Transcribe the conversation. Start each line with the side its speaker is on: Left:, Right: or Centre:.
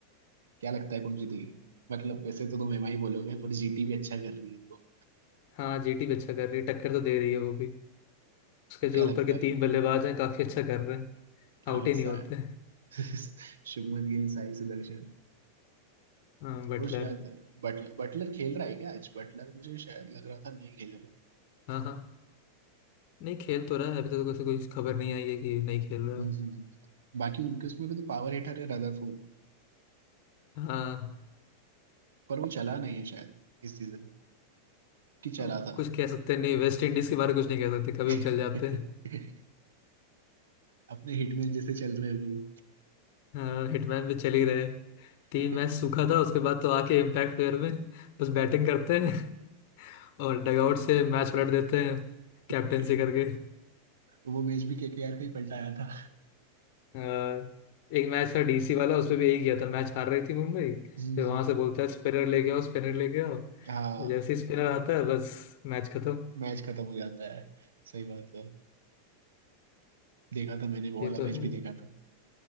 Right: क्या लगता है कौन जीतेगी मतलब वैसे तो तुम एम आई बोलोगे पर जीटी भी अच्छा कर रही है तो
Left: हाँ जीटी भी अच्छा कर रही है टक्कर तो दे रही है वो भी उसके
Right: तो
Left: जो
Right: क्या लगता
Left: ऊपर के तीन
Right: है
Left: बल्लेबाज हैं काफी अच्छा कर रहे हैं
Right: हाँ
Left: आउट ही
Right: सा
Left: नहीं होते
Right: <laughs> शुभमन गिल साई सुदर्शन
Left: हाँ बटलर
Right: और शायद बटलर बटलर खेल रहा है क्या आज बटलर मुझे शायद लग रहा था नहीं खेल रहा
Left: हाँ हाँ नहीं खेल तो रहा है अभी तक तो कोई कोई खबर नहीं आई है कि नहीं खेल रहा है
Right: हम्म,
Left: वो।
Right: हम्म, हम्म। बाकी उनके उसमें भी तो पावर हिटर है रदरफोर्ड
Left: हाँ
Right: पर वो चला नहीं है शायद इस सीजन कि चला
Left: कुछ
Right: था
Left: कह सकते हैं नहीं वेस्ट इंडीज के बारे में कुछ नहीं कह सकते कभी
Right: <laughs>
Left: भी चल जाते हैं
Right: अपने हिटमैन जैसे चल रहे हैं
Left: हाँ, हिटमैन भी चल ही रहे तीन
Right: अभी
Left: मैच सूखा था उसके बाद तो आके इम्पैक्ट प्लेयर में बस बैटिंग करते हैं और डगआउट से मैच पलट देते हैं
Right: <laughs>
Left: कैप्टेंसी करके
Right: वो मैच भी केकेआर का ही पलटाया था
Left: हाँ, एक मैच था डीसी वाला उसमें भी यही किया था मैच हार रही थी मुंबई
Right: हम्म,
Left: फिर वहां से बोलता है स्पिनर लेके आओ स्पिनर लेके आओ तो
Right: हाँ
Left: जैसे ही स्पिनर आता है बस मैच खत्म
Right: मैच खत्म हो जाता है सही बात है देखा था मैंने वो
Left: ये
Right: वाला
Left: तो
Right: मैच
Left: है
Right: भी
Left: ही।
Right: देखा था